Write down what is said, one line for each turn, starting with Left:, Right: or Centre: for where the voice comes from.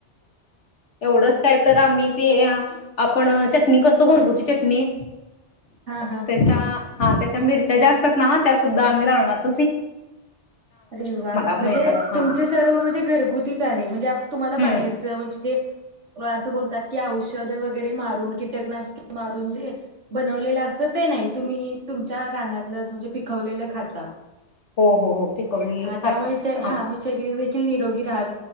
Left: एवढंच काय तर आम्ही ते आपण चटणी करतो घरगुती चटणी
Right: हा, हा.
Left: त्याच्या हा त्याच्या मिरच्या जास् ना त्यास सुद्धा आम्ही रानात
Right: अरे वा म्हणजे
Left: मिळतात हा
Right: तुमचे सर्व म्हणजे घरगुतीच आहे म्हणजे तुम्हाला बाहेरच
Left: हम्म
Right: म्हणजे जे असं बोलतात कि औषध वगैरे मारून कीटकनाशक मारून जे बनवलेले असते. ते नाही तुम्ही तुमच्या रानातल म्हणजे पिक पिकवलेलं खाता.
Left: हो हो हो पिकवलंच
Right: हा
Left: खातो
Right: त्यामुळे
Left: आम्ही.
Right: शर- हा मग शरीर देखील निरोगी राहतं.